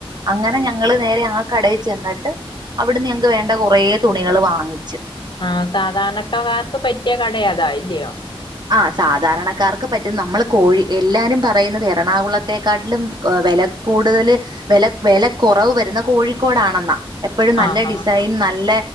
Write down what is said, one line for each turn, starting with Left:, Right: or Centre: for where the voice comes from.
Right: അങ്ങനെ ഞങ്ങള് നേരെ ആ കടയി ചെന്നിട്ട് അവിടുന്ന് ഞങ്ങക്ക് വേണ്ട കുറേ തുണികള് വാങ്ങിച്ച്
Left: ആഹ് സാധാരണക്കക്കാർക്ക് പറ്റിയ കട അതാ ഇല്ലിയോ
Right: ആ സാധാരണക്കാർക്ക് പറ്റും നമ്മൾ കോഴി എല്ലാരും പറയുന്നത് എറണാകുളത്തെക്കാട്ടിലും വെല കൂടുതല് വെല വെല കുറവ് വരുന്ന കോഴിക്കോടാണെന്നാ എപ്പഴും നല്ല
Left: ആഹ്
Right: ഡിസൈൻ
Left: ആഹ്
Right: നല്ല